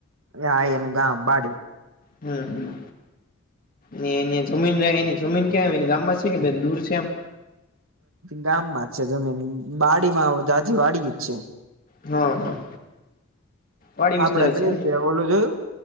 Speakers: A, on the right; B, on the left.
A: હાાઈ એનું ગામ પાાડી
B: હમ્મ ને એની જમીન એની જમીન કે એની ગામમાં છે કે દૂર છે, એમ
A: ગામમાં જ છે જમીન બાડીમાં જાાજીી, વાડીયુ જ છે.
B: હા હા વાડી
A: આપડે
B: વિસ્તાર
A: કય
B: છે
A: રીતે
B: એમને
A: ઓલું જોયું